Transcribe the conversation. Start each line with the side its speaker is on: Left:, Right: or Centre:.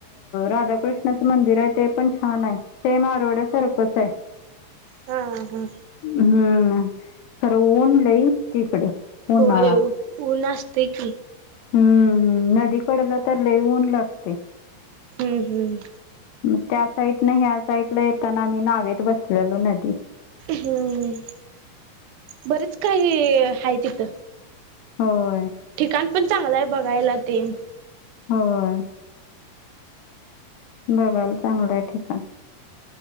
Left: राधाकृष्ण च मंदिर आहे ते पण छान आहे सेम आरोवड्यासारखंच आहे
Right: हम ह
Left: हम्म खरवून लई तिकडं उन्हाळा
Right: होय ऊन असते की
Left: हं नदीकडेला तर लय ऊन लागतय.
Right: हं <inaudible>
Left: मग त्या साईडने ह्या साईड येताना आम्ही, नावेत बसलेलो नदीत
Right: हं... बरेच काही आहे तिथं.
Left: होय.
Right: ठिकाण पण चांगलं आहे बघायला ते...
Left: होय... बघायला चांगलं आहे ठिकाण.